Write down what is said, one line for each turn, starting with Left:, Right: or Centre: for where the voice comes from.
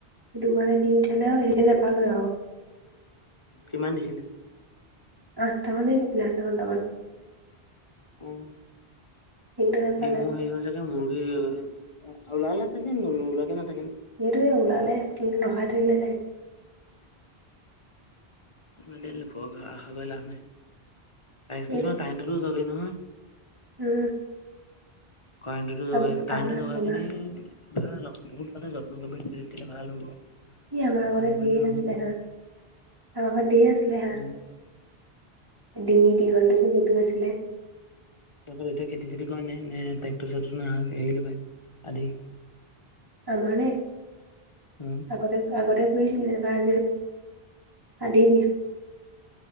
Right: সেইটো কাৰণে দি পঠিয়ালে সেইকাৰণে নাপালো আৰু।
Left: কিমান দিছিলে?
Right: আঠটা মানে দিছিলে আঠটা নটা মান
Left: উম,
Right: সেইকেইটা নাপালে
Left: ডিমু হেৰি হ'ল চাগে মুৰ্গীৰ। <unintelligible>
Right: সেইটোৱে উলালে ৰখায় থৈ দিলে চাগে।
Left: মানে এনে ঘৰক আশা কৰি লাভ নাই। কিছুমান
Right: এইটো
Left: কাৰেন্টটো জলে নহয়।
Right: উম।
Left: কাৰেণ্টটো জলে
Right: আম
Left: কাৰেণ্টৰ
Right: আমাৰ
Left: জলা
Right: আমাৰ
Left: খিনি ভাল হব বহুত মানে যত্ন কৰিব তেতিয়ালে ভাল হ'ব।
Right: ই আমাৰ
Left: যত্ন
Right: আগতে
Left: নকৰিলে
Right: ধেৰ
Left: নহব,
Right: আছিলে হাঁহ আমাৰ ঘৰত ধেৰ আছিলে হাঁহ
Left: উম।
Right: ডিঙি দীঘল যে সেইটো আছিলে।
Left: তহতৰ এতিয়া খেতি চেতি কৰে নাই নে ট্ৰেক্টৰ চ্ৰেকটৰ নাই হেৰি লগাই আদি।
Right: আমাৰ নে
Left: উম।
Right: আগতে আগতে কৰিছিলে এবাৰ আজি <unintelligible>